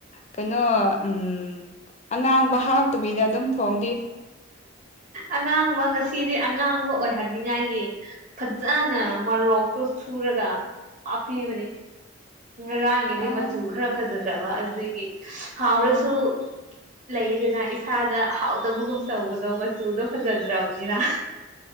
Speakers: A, on the left; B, on the right.
A: ꯀꯩꯅꯣ ꯎꯝ ꯑꯉꯥꯡꯕ ꯍꯥꯎꯇꯕꯤꯗ ꯑꯗꯨꯝ ꯊꯣꯡ
B: ꯑꯉꯥꯡꯕ ꯉꯁꯤꯗꯤꯥꯡ ꯑꯉꯥꯡꯕ ꯑꯣꯏꯍꯟꯅꯤꯡꯉꯥꯏꯒꯤ ꯐꯖꯅ ꯃꯔꯣꯛꯇꯣ ꯁꯨꯔꯒ ꯍꯥꯤꯕꯅꯦ ꯉꯔꯥꯡꯒꯤꯗꯤ
A: ꯑꯥ
B: ꯃꯆꯨ ꯈꯔ ꯐꯖꯗꯕ ꯑꯗꯨꯒꯤ ꯍꯥꯎꯔꯁꯨ
A: ꯎꯝ
B: ꯂꯩꯗꯅ ꯏꯁꯥꯗ ꯍꯥꯎꯗꯕꯒꯨꯝ ꯇꯧꯕꯅꯣ ꯃꯆꯨꯗꯣ ꯐꯖꯗ꯭ꯔꯥꯎꯅꯤꯅ